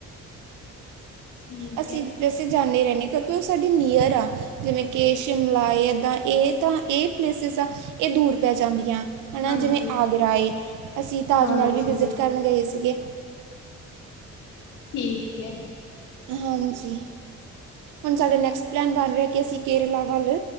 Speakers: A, on the left; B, on the right.
A: ਠੀਕ
B: ਅਸੀਂ
A: ਹੈ
B: ਵੀ ਅਸੀਂ ਜਾਨੇ ਰਹਿਨੇ ਆ ਕਿਉਂਕਿ ਓ ਸਾਡੇ ਨੀਅਰ ਆ, ਜਿਵੇਂ ਕਿ ਸ਼ਿਮਲਾ ਜਾ ਏਦਾਂ ਏ ਤਾਂ ਏ ਪਲੇਸਿਸ ਆ ਇਹ ਦੂਰ ਪੈ ਜਾਂਦੀਆਂ। ਹਨਾ
A: ਹਾਂਜੀ
B: ਜਿਵੇਂ ਆਗਰਾ ਏ, ਅਸੀਂ ਤਾਜ
A: ਹਾਂਜੀ
B: ਮਹਿਲ ਵੀ ਵਿਜਿਟ ਕਰਨ ਗਏ ਸੀਗੇ।
A: ਠੀਕ ਐ।
B: ਹਾਂਜੀ, ਹੁਣ ਸਾਡਾ ਨੈਕਸਟ ਪਲੈਨ ਬਣ ਰਿਆ ਕਿ ਅਸੀਂ ਕੇਰਲਾ ਵੱਲ